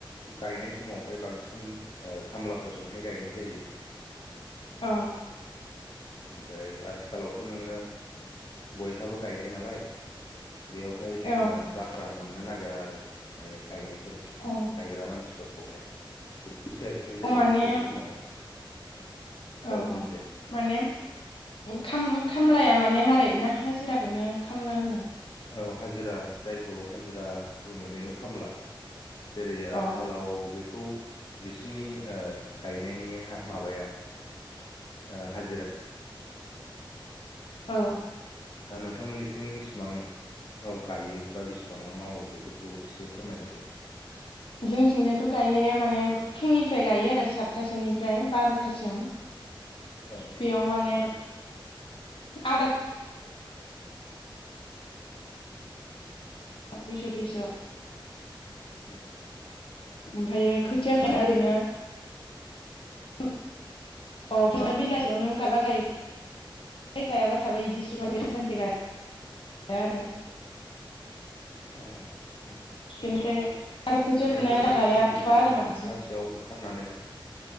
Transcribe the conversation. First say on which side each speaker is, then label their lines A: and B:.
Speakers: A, on the left; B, on the left.
A: गायनाय समावहाय बांसिन ओ खामलाफोरजोंहाय गायनाय जायो।
B: अ
A: ओमफ्राय आथिखालावथ नोङो बयहाबो गायनाय नालाय बेयावहाय ओम
B: औ
A: ओ बारा मोननो नागिरा आरो ओइ गायनाय। फोर
B: औ
A: गायग्रा मानसिफोर खौहाय सेयलाय बेलाय जायो
B: माने
A: बै समाव
B: औ
A: बुं
B: औ
A: दे
B: माने ओंखाम ओंखाम खामलाया माने मारै ना हाजिराखौनो खामला होनो?
A: औ हाजिरा जायखौ हाजिरा बुङो बेनो खामला। जेरै
B: अ
A: आथिखालाव बेखौ बिसनि ओ गायनायनि हा माबाया ओ हाजिरा।
B: औ
A: दा नोंथांमोननिथिं बिसिबांवाव गायो बा बेसेबाङाव मावो बेफोरखौ एसे फोरमायहरदो।
B: जोंथिंजायथ गायनाया माने फुंनिफ्राय गायो आरो सातथासोनिफ्राय बारथासिम।
A: औ
B: बेयाव माने <unintelligible> दुइस' दुइस'
A: उम्म
B: ओमफाययो खोथिया खानाया ओरैनो <unintelligible> <unintelligible> ओमफ्राय बेलासियाव नों गायबा गाय बाय गायाबा थाबाय इदिसो माथो सानसे-सानसे गाया आरो
A: अ
B: बिनिफ्राय आरो खोथिया फुनाया
A: थारमाने
B: गाया
A: फुंनि
B: फुवा
A: बिदिनो
B: आरो
A: सातथासोआव
B: बांसिन
A: ओंखारनानै